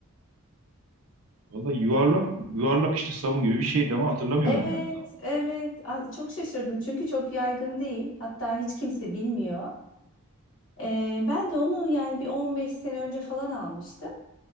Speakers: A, on the right; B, on the left.
A: Vallahi yuvarlak yuvarlak işte sabun gibi bir şeydi ama hatırlamıyorum
B: Evet,
A: yani tam.
B: evet. A- Çok şaşırdım çünkü çok yaygın değil. Hatta hiç kimse bilmiyor. Ee, ben de onu yani bir 15 sene önce falan almıştım.